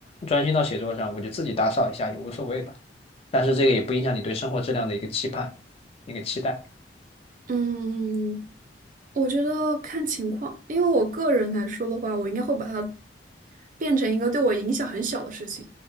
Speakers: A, on the left (about 35°); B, on the right (about 45°).
A: 专心到写作上，我就自己打扫一下也无所谓吧？但是这个也不影响你对生活质量的一个期盼，一个期待。
B: 嗯，我觉得看情况，因为我个人来说的话，我应该会把它变成一个对我影响很小的事情。